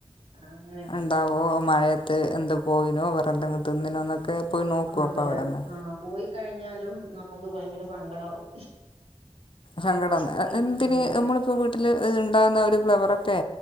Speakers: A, on the right; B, on the left.
A: അങ്ങനെ.
B: ണ്ടാവോ മഴയത്ത് എന്ത്‌ പോയിനോ വേറെ എന്തെങ്കും തിന്നിനോ ന്നൊക്കെ പോയി നോക്കും
A: അതെ
B: അപ്പ അവിടന്നെ.
A: ആഹ് പോയി കഴിഞ്ഞാലും നമുക്ക് ഭയങ്കര സങ്കടാവും.
B: സങ്കടംന്ന്
A: ഉം
B: എന്തിന്
A: ഉം
B: നമ്മളിപ്പോ വീട്ടില് ണ്ടാവുന്ന ആ ഒരു ഫ്ലവറൊറ്റേ